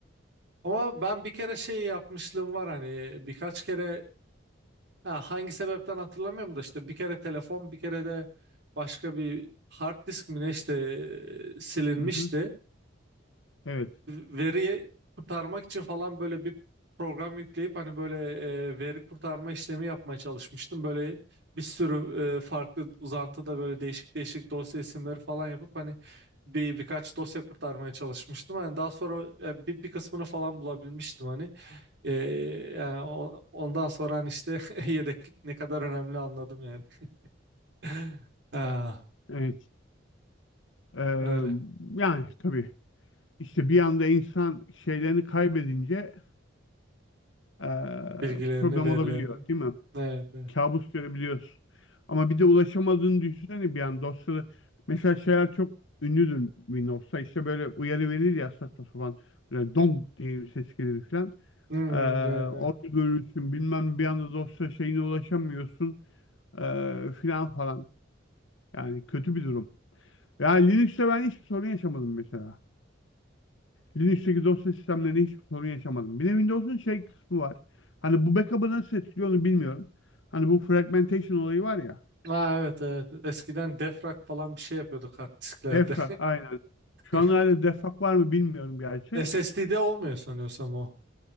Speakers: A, on the right; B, on the left.
A: Ama ben bir kere şey yapmışlığım var hani birkaç kere ha, hangi sebepten hatırlamıyorum da işte bir kere telefon bir kere de başka bir hard disk mi ne işte e, silinmişti.
B: Hı hı. Evet,
A: veriyi kurtarmak için falan böyle bir program yükleyip hani böyle e, veri kurtarma işlemi yapmaya çalışmıştım. Böyle bir sürü e, farklı uzantıda böyle değişik değişik dosya isimleri falan yapıp hani bir birkaç dosya kurtarmaya çalışmıştım. Hani daha sonra e, bir, bir kısmını falan bulabilmiştim hani. E, yani o- ondan sonra hani işte <laughs> yedeklik ne kadar önemli anladım yani. <laughs> Ha,
B: evet. Ee,
A: öyle
B: yani tabii işte bir anda insan şeylerini kaybedince ee,
A: bilgilerini,
B: problem
A: verilerini.
B: olabiliyor, değil mi?
A: Evet, evet.
B: Kabus görebiliyorsun. Ama bir de ulaşamadığını düşünsene bir an dosyaları. Mesela şeyler çok ünlüdür Windows'ta. İşte böyle uyarı verir ya saçma sapan. Böyle dong diye bir ses gelir falan.
A: Hmm,
B: Ee,
A: evet,
B: orada
A: evet.
B: görürsün bilmem bir anda dosya şeyine ulaşamıyorsun ee, filan falan. Yani kötü bir durum. Yani Linux'te ben hiçbir sorun yaşamadım mesela. Linux'teki dosya sistemlerinde hiçbir sorun yaşamadım. Bir de Windows'un şey kısmı var. Hani bu backup'ı nasıl etkiliyor onu bilmiyorum. Hani bu fragmentation olayı var ya.
A: Aa, evet evet. Eskiden defrag falan bir şey yapıyorduk hard disklerde.
B: Defrag aynen. Şu
A: <laughs>
B: an hala defrag var mı bilmiyorum gerçi.
A: SSD'de olmuyor sanıyorsam o.